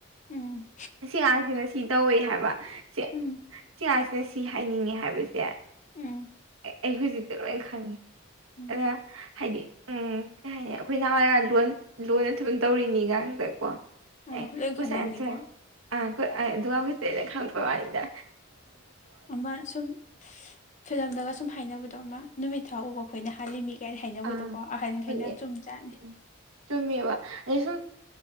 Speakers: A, on the left; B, on the right.
A: ꯎꯝ
B: ꯁꯤꯌꯥ ꯁꯤꯅ ꯁꯤ ꯇꯧꯏꯦ ꯍꯥꯏꯕ ꯁꯤ
A: ꯎꯝ
B: ꯁꯤꯁꯤꯅ ꯁꯤ ꯍꯥꯏꯅꯤꯡꯉꯦ ꯍꯥꯏꯕꯁꯦ ꯑꯦ
A: ꯎꯝ
B: ꯑꯩ ꯍꯧꯖꯤꯛꯇꯤ ꯂꯣꯏ ꯈꯪꯉꯤ
A: ꯎꯝ
B: ꯑꯗꯨꯅ ꯍꯥꯏꯗꯤ ꯎꯝ ꯀꯩ ꯍꯥꯏꯅꯤ ꯑꯩꯈꯣꯏ ꯅꯍꯥꯟꯋꯥꯒꯣꯟ ꯂꯣꯟꯅ ꯊꯨꯕ ꯇꯧꯔꯤꯅꯤꯒ ꯀꯣ
A: ꯑꯥ
B: ꯑꯦ
A: ꯂꯣꯏ
B: ꯀꯁ
A: ꯈꯪꯉꯝꯅꯤꯀꯣ
B: ꯑꯟꯁꯔ ꯑꯣꯏ ꯑꯗꯨꯋꯥꯕꯤ ꯇꯔꯅ ꯈ ꯀꯣꯏ ꯋꯥꯔꯤꯗ
A: ꯑꯃ ꯁꯨꯝ ꯐꯤꯂꯝꯗꯒ ꯁꯨꯝ ꯍꯥꯏꯅꯕꯗꯣ ꯑꯃ ꯅꯨꯃꯤꯠ ꯊꯥ ꯎꯕ ꯑꯩꯈꯣꯏꯅ ꯍꯥꯜꯂꯤꯃꯤ ꯄꯀꯦꯠ ꯍꯩꯅꯕꯗꯣꯀꯣ
B: ꯑꯥ
A: ꯑꯍꯟꯈꯩꯅ
B: ꯊꯣꯛꯂꯛꯑꯦ
A: ꯆꯨꯝ ꯆꯥꯠꯅꯤ
B: ꯎꯝ ꯆꯨꯝꯃꯦꯕ ꯑꯗꯩ ꯁꯨꯝ